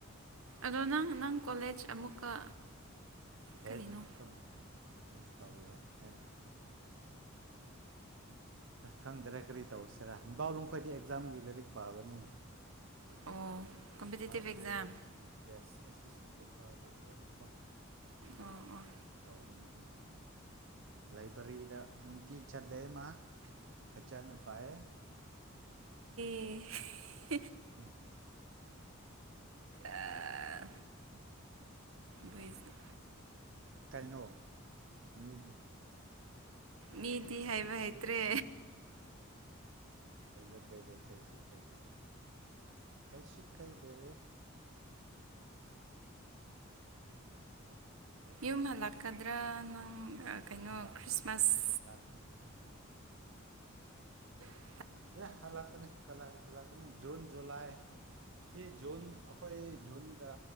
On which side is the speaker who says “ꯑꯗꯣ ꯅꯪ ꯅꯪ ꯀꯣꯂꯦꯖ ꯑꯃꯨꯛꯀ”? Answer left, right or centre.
Right